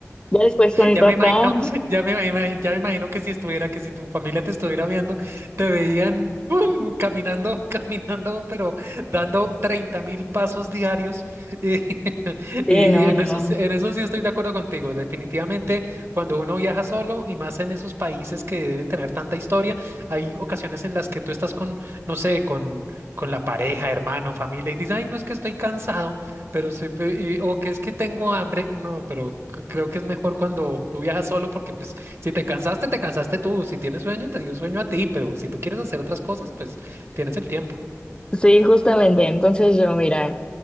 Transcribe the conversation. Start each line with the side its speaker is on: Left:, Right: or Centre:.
Left: Ya después con mi
Right: Ya
Left: papá,
Right: me imagino, ya me imagino, ya me imagino que si estuviera, que si tu familia te estuviera viendo, te veían ¡pum! caminando, <laughs> caminando, pero dando treinta mil pasos diarios. Y, <laughs>
Left: sí,
Right: y
Left: no,
Right: en
Left: no,
Right: eso,
Left: no.
Right: sí- en eso sí estoy de acuerdo contigo. Definitivamente, cuando uno viaja solo y más en esos países que deben tener tanta historia, hay ocasiones en las que tú estás con, no sé, con, con la pareja, hermano, familia, y dices, ay, no es que estoy cansado. Pero sí, pe- y- o que es que tengo hambre, no, pero c- creo que es mejor cuando tú viajas solo porque pues si te cansaste, te cansaste tú, si tienes sueño, te dio sueño a ti, pero si tú quieres hacer otras cosas, pues tienes el tiempo.
Left: Sí, justamente. Entonces yo, mira,